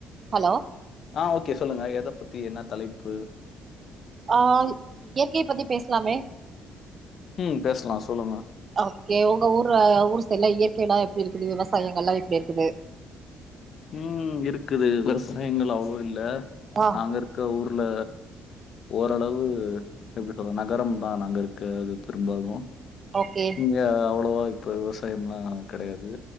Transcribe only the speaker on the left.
ஆ ஓகே சொல்லுங்க எத பத்தி என்ன தலைப்பு
ம் பேசலாம் சொல்லுங்க
உம் இருக்குது விவசாயங்கள் அவ்ள இல்ல
நாங்க இருக்க ஊர்ல ஓரளவு எப்டி சொல்ல நகரம் தா நாங்க இருக்கறது பெரும்பாலும்
இங்க அவ்ளவா இப்ப விவசாயம்லாம் கடயாது